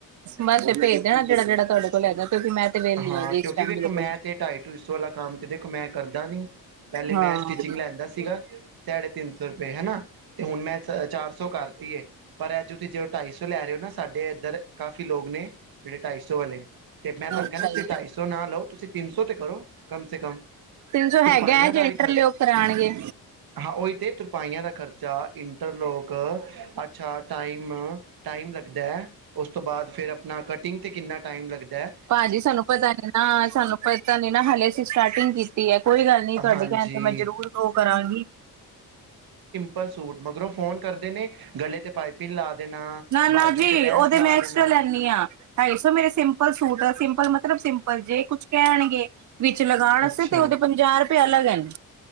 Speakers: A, on the right (about 50°); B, on the right (about 65°).
A: ਬਸ ਫਿਰ ਭੇਜ ਦੇਣਾ ਜਿਹੜਾ, ਜਿਹੜਾ ਤੁਹਾਡੇ ਕੋਲ ਹੈਗਾ ਕਿਉਂਕਿ ਮੈਂ ਤੇ ਵਿਹਲੀ
B: ਹਾਂ,
A: ਜੀ ਇਸ
B: ਕਿਉਂਕਿ
A: ਟਾਈਮ
B: ਵੇਖੋ
A: ਬਿਲਕੁਲ
B: ਮੈਂ ਤੇ ਢਾਈ ਢੁਈ ਸੋ ਵਾਲਾ ਕੰਮ ਤੇ ਦੇਖੋ ਮੈਂ ਕਰਦਾ ਨੀ। ਪਹਿਲੇ ਮੈਂ
A: ਹਾਂ
B: ਸਟਿਚਿੰਗ ਲੈਂਦਾ ਸੀਗਾ ਸਾਢੇ ਤਿੰਨ ਸੌ ਰੁਪਏ ਹਨਾ ਤੇ ਹੁਣ ਮੈਂ ਚਾਰ ਸੌ ਕਰ ਤੀਏ ਪਰ ਐ ਜੋ ਤੁਸੀਂ ਜੇ ਢਾਈ ਸੌ ਲੈ ਰਹੇ ਹੋ ਨਾ ਸਾਡੇ ਇੱਧਰ ਕਾਫੀ ਲੋਕ ਨੇ ਜਿਹੜੇ ਢਾਈ ਸੌ ਵਾਲੇ, ਤੇ ਮੈਂ ਤੁਹਾਨੂੰ
A: ਅੱਛਾ
B: ਕਹਿਨਾ ਤੁਸੀਂ
A: ਜੀ
B: ਢਾਈ ਸੌ ਨਾ ਲਓ ਤੁਸੀਂ ਤਿੰਨ ਸੌ ਤੇ ਕਰੋ, ਕਮ ਸੇ ਕਮ।
A: ਤਿੰਨ ਸੌ
B: ਤੁਰਪਾਈਆਂ
A: ਹੈਗਾ ਜੇ
B: ਦਾ
A: ਇੰਟਰ
B: ਵੀ ਖਰ
A: ਲੋਕ ਕਰਾਉਣਗੇ
B: ਹਾਂ ਉਹੀ ਤਾਂ ਤੁਰਪਾਈਆਂ ਦਾ ਖਰਚਾ, ਇੰਟਰਲੋਕ ਅੱਛਾ ਟਾਈਮ ਟਾਈਮ ਲੱਗਦਾ ਐ ਓਸ ਤੋਂ ਬਾਅਦ ਫਿਰ ਆਪਣਾ ਕਟਿੰਗ ਤੇ ਕਿੰਨਾ ਟਾਈਮ ਲੱਗਦੈ।
A: ਭਾਜੀ ਸਾਨੂੰ ਪਤਾ ਨੀ ਨਾ ਸਾਨੂੰ ਪਤਾ ਨੇ ਨਾ ਹਲੇ ਅਸੀ ਸਟਾਟਿੰਗ ਕੀਤ ਹੈ ਕੋਈ ਗੱਲ ਨੀ ਤੁਹਾਡੇ
B: ਹਾਂਜੀ
A: ਕਹਿਣ ਤੇ ਮੈਂ ਜਰੂਰ ਉਹ ਕਰਾਂਗੀ।
B: ਪਲ ਸੂਟ ਮਗਰੋਂ ਫੋਨ ਕਰਦੇ ਨੇ ਗਲੇ ਤੇ ਪਾਈਪਿੰਨ ਲਾ ਦੇਣਾ।
A: ਨਾ, ਨਾ
B: ਬਾਜੂ
A: ਜੀ
B: ਤੇ ਲੈਸ
A: ਉਹਦੇ
B: ਲਾ
A: ਮੈਂ ਐਕਸਟਰਾ
B: ਦੇਣਾ
A: ਲੈਂਨੀ ਆਂ ਢਾਈ ਸੋ ਮੇਰੇ ਸਿੰਪਲ ਸੂਟ ਸਿੰਪਲ ਮਤ ਮਤਲਬ ਸਿੰਪਲ ਜੇ ਕੁਛ ਕਹਿਣਗੇ ਵਿੱਚ ਲਗਾਣ ਵਾਸਤੇ
B: ਅੱਛਾ
A: ਤੇ ਓਹਦੇ ਪੰਜਾਹ ਰੁਪਏ ਅਲੱਗ ਲੈ ਨੇ।